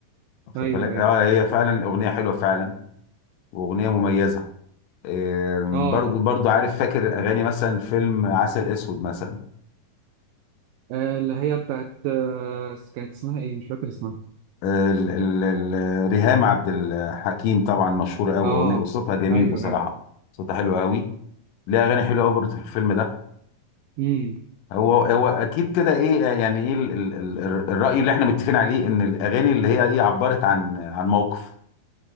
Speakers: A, on the left; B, on the right.
A: واخد
B: ايوه
A: بالك
B: ايوه
A: اه هي فعلا اغنيه حلوه فعلا واغنيه مميزه آه،
B: اه
A: برضو برضو عارف فاكر اغاني مثلا فيلم عسل اسود مثلا
B: آه، اللي هي بتاعت آه، كانت اسمها ايه مش فاكر اسمها
A: ال- ال- ال- ريهام عبد الحكيم طبعا مشهورة قوي
B: اه
A: وصوتها جميل
B: ايوه
A: بصراحة
B: ايوه
A: صوتها حلو قوي ليها أغاني حلوة قوي برضه في الفيلم ده
B: امم
A: هو هو أكيد كده إيه يعني إيه ال- ال- ال- الرأي اللي إحنا متفقين عليه إن الأغاني اللي هي إيه عبرت عن عن موقف